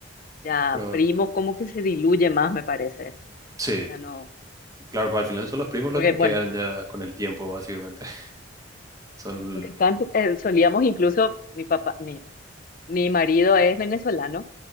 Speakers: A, on the left; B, on the right.
A: ya
B: Pero
A: primos, como que se diluye más, me parece.
B: sí,
A: Ya no,
B: claro, pues al final son los primos
A: porque
B: los que
A: bueno,
B: quedan ya con el tiempo, básicamente. <laughs> Son,
A: lo que están, eh, solíamos incluso, mi papá, mi, mi marido es venezolano